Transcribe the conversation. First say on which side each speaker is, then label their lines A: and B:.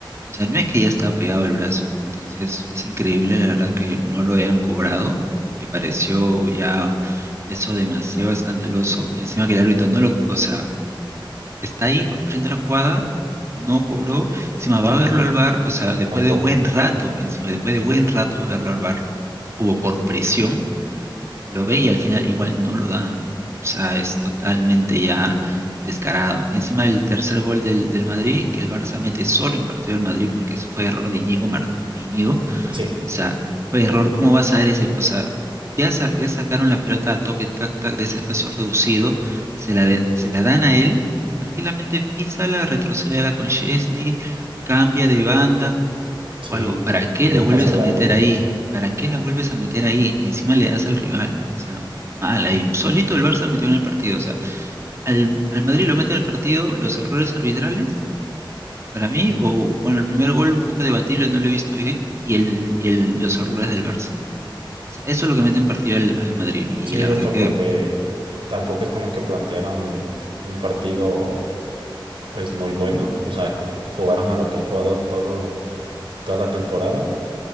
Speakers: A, on the right; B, on the right.
A: o sea, no es que ya está pegado el brazo, entonces es increíble la verdad que no lo hayan cobrado, me pareció ya eso demasiado escandaloso, encima que el árbitro no lo, o sea, está ahí frente a la jugada, no cobró, encima va a verlo al bar o sea, después
B: tampoco.
A: de un buen rato, encima, después de buen rato va a verlo al bar como por presión, lo ve y al final igual no lo da. O sea, es totalmente ya descarado. Encima el tercer gol del, del Madrid, que el Barça mete solo en partido del Madrid porque fue error de Iñigo, Mar- de Iñigo, o
B: Sí,
A: sea, fue error, ¿cómo vas a ver ese? Pues, O sea, ya, sa- ya sacaron la pelota a toque, tac, tac, de ese espacio reducido, se la, de- se la dan a él, tranquilamente písala, retrocédela con Chesney, cambia de banda
B: sí,
A: o algo. ¿Para qué
B: algún
A: la vuelves
B: pase largo.
A: a meter ahí? ¿Para qué la vuelves a meter ahí? Encima le das al rival. O sea, mal ahí. Solito el Barça metió en el partido. O sea, al, al Madrid lo mete en el partido, los errores arbitrales. Para mí, o bueno, el primer gol un poco debatible, no lo he visto bien, y, el, y el, los errores del Barça sea, eso es lo que mete en partido al, al Madrid. Y
B: Sí,
A: la
B: justo
A: verdad que,
B: porque tampoco es como que plantearon un partido pues muy bueno, o sea, jugaron a lo que han jugado todo, toda la temporada,